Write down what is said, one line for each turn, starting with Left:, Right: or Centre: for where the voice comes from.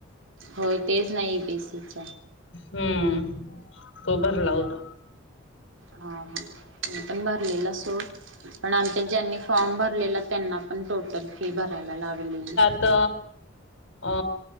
Right: होय तेच नाही ईबीसीचा.
Left: हम्म तो भरला होता.
Right: ह हा म पण बर सोड पण आमच्या ज्यांनी फॉर्म भरलेला त्यांना पण टोटल फी भरायला लागलेली.
Left: तर अ